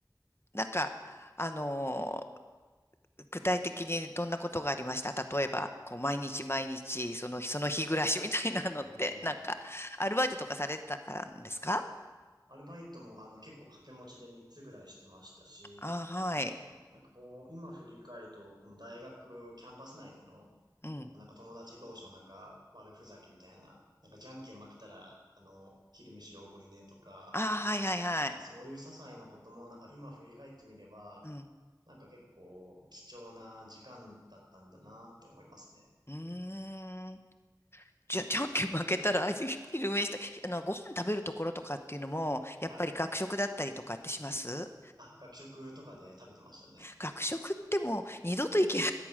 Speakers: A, on the left; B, on the right.
A: なんか、あのー具体的にどんなことがありました例えば、こう、毎日毎日、その日、その日暮らしみたいなのって、
B: うんうんうん
A: <laughs> なんか、アルバイトとかされてたからですか
B: アルバイトもあの結構掛け持ちで3つぐらいしてましたし、
A: ああ、はい。
B: なんかこう、今振り返ると、この大学キャンパス内での、
A: うん。
B: まあなんか友達同士のなんか悪ふざけみたいな、なんかじゃんけん負けたら、あの、昼飯おごりねとか、
A: ああ、はい、はい、はい。
B: なんかそういう些細なこともなんか今振り返ってみれば、
A: うん。
B: なんか結構貴重な時間だったんだなって思いますね。
A: うーん。じゃ、<laughs> じゃんけん負けたら、<laughs> あい昼飯したあの、ご飯食べるところとかっていうのも、やっぱり学食だったりとかってします
B: はい。あ、学食とかで食べてましたね。
A: 学食ってもう二度と行けな